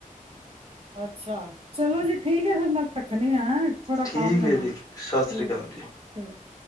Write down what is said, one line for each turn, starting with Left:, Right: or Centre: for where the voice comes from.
Right: ਅੱਛਾ। ਚਲੋ ਜੀ ਠੀਕ ਠੀਕ ਫਿਰ ਮੈਂ ਰੱਖਣੀ ਆ, ਥੋੜਾ
Left: ਠੀਕ
Right: ਕੰਮ
Left: ਹੈ
Right: ਏ ਮੈਨੂੰ
Left: ਜੀ, ਸਤਿ
Right: ਠੀਕ-ਠੀਕ।
Left: ਸ੍ਰੀ ਅਕਾਲ ਜੀ।
Right: <inaudible>